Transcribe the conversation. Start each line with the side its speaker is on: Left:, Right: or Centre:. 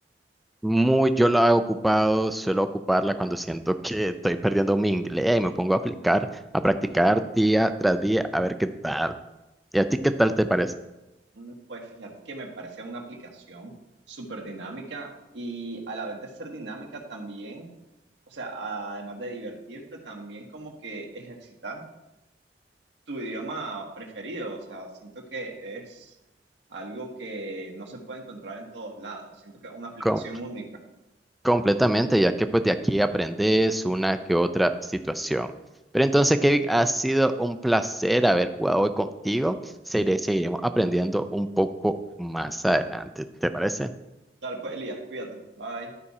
Centre: muy, yo la he ocupado, suelo ocuparla cuando siento que estoy perdiendo mi inglés y me pongo a aplicar, a practicar día tras día, a ver qué tal. ¿Y a ti qué tal te parece?
Right: Mm, Pues fíjate que me parece una aplicación súper dinámica y a la vez de ser dinámica también, o sea, además de divertirte, también como que ejercitas tu idioma preferido, o sea, siento que es algo que no se puede encontrar en todos lados, siento que es una aplicación
Centre: Com-
Right: única.
Centre: completamente, ya que pues de aquí aprendes una que otra situación. Pero entonces, Kevin, ha sido un placer haber jugado hoy contigo. Seguire- seguiremos aprendiendo un poco más adelante. ¿Te parece?
Right: Dale, pues Elías, cuídate, bye.